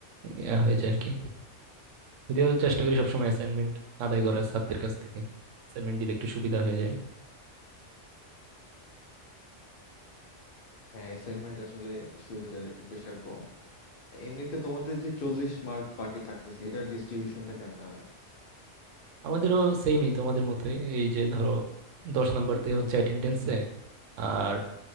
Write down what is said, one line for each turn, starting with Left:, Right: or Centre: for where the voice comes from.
Right: ইয়া হয়ে যায় আর কি যদিও চেষ্টা করি সবসময় অ্যাসাইনমেন্ট আদায় করার ছাত্রদের কাছ থেকে অ্যাসাইনমেন্ট দিলে একটু সুবিধা হয়ে যায়
Left: হ্যাঁ অ্যাসাইনমেন্ট আসলে সুবিধার একটু প্রেশার কম তা এমনিতে তোমাদের যে চল্লিশ মার্ক বাকি থাকতেছে এটার ডিস্ট্রিবিউশনটা কেমনে হয়
Right: আমাদেরও সেমই তোমাদের মতোই এই যে ধরো দশ নাম্বার দেওয়া হচ্ছে অ্যাটেন্ডেন্সে আর